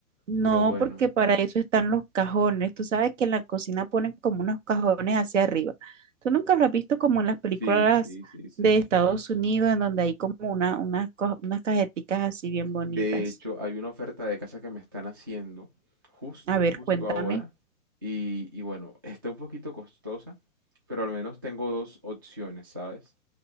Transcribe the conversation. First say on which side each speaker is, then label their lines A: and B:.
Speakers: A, on the right; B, on the right.
A: No,
B: Pero bueno,
A: porque para eso están los cajones. Tú sabes que en la cocina ponen como unos cajones hacia arriba. Tú nunca lo has visto como en las películas
B: sí, sí, sí, sí.
A: de Estados Unidos, en donde hay como una, unas, co- unas cajeticas así bien bonitas.
B: De hecho, hay una oferta de casa que me están haciendo justo,
A: A ver,
B: justo
A: cuéntame.
B: ahora. Y, y bueno, está un poquito costosa, pero al menos tengo dos opciones, ¿sabes?